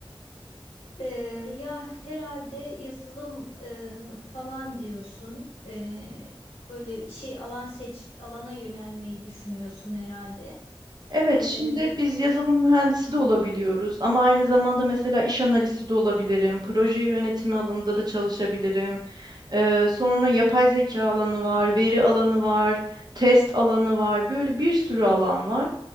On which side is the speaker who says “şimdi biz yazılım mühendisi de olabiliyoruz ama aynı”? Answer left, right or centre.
Right